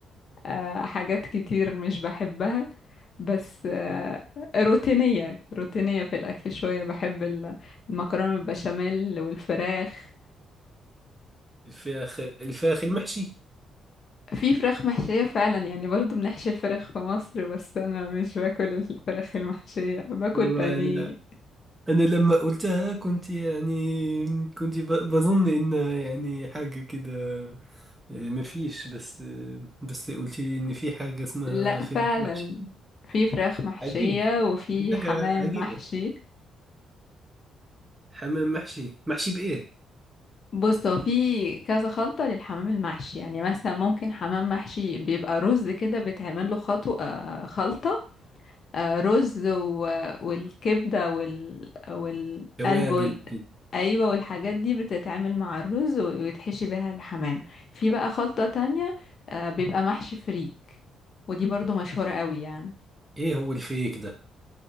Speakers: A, on the left (about 50°); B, on the right (about 15°).
A: آه حاجات كتير مش بحبها بس آه روتينية روتينية في الأكل شوية بحب ال- المكرونة بالبشاميل والفراخ
B: الفراخ الفراخ المحشي
A: في فراخ محشية فعلا يعني برضو بنحشي الفراخ في مصر بس أنا مش باكل الفراخ المحشية باكل
B: وانا
A: بانيه
B: انا لما قلتها كنت يعني كنت ب... بظن انها يعني حاجة كده ما فيش بس آه، بس قلت لي ان في حاجة اسمها
A: لا
B: فراخ
A: فعلا
B: محشي
A: في فراخ محشية
B: عجيب
A: وفي
B: حاجة
A: حمام
B: عجيبة
A: محشي
B: حمام محشي محشي بإيه؟
A: بص هو في كذا خلطة للحمام المحشي يعني مثلا ممكن حمام محشي بيبقى رز كده بيتعمل له خطو آه، خلطة آه، رز و... والكبدة وال... والقلب
B: توابل
A: وال...
B: كده
A: ايوه والحاجات دي بتتعمل مع الرز و- ويتحشي بيها الحمام في بقى خلطة تانية آه، بيبقى محشي فريك ودي برضو مشهورة قوي يعني
B: إيه هو الفيك ده؟